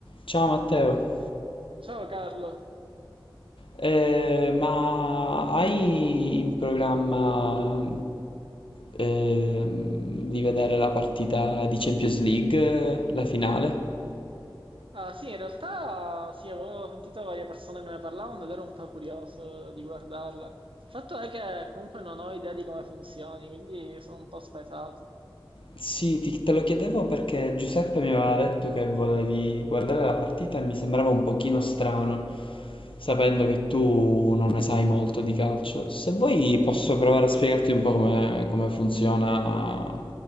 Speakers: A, on the left; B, on the right.
A: Ciao Matteo,
B: Ciao Carlo.
A: Eh, ma hai in programma ehm, di vedere la partita di Champions League, la finale?
B: Ah, sì, in realtà sì, avevo sentito varie persone che ne parlavano ed ero un po' curioso di guardarla. Il fatto è che comunque non ho idea di come funzioni, quindi sono un po' spaesato.
A: Sì, ti- te lo chiedevo perché Giuseppe mi aveva detto che volevi guardare la partita e mi sembrava un pochino strano, sapendo che tu non ne sai molto di calcio. Se vuoi posso provare a spiegarti un po' come come funziona